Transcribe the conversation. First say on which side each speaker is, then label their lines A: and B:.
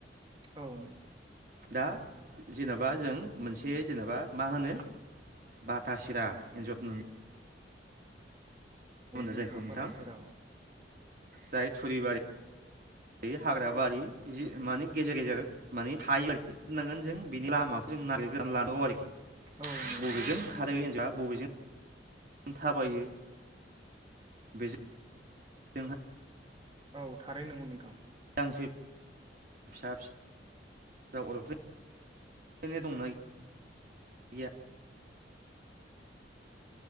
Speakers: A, on the right; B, on the right.
A: औ नंगौथ'।
B: दा जेनेबा जों मोनसे जेनेबा मा होनो बाथा सिरा एन्जर होनबा
A: बुमथा
B: जायखौ नोंथां
A: बाथा सिराखौ
B: जाय थुरिबारि थायो हाग्रा बारि जि माने गेजेर गेजेर माने थायो आरोखि होननांगोन जों बिनि लामाखौ जों नागेरगोरना लानांगौ आरोखि
A: औ
B: बबेजों
A: नंगौ नोंथां
B: खारो एनजरआ बबेजों थाबायो बेजों जोंहा
A: औ थारैनो नंगौ नोंथां।
B: गांसो फिसा फिसा अरफ्ले नो दंना गैया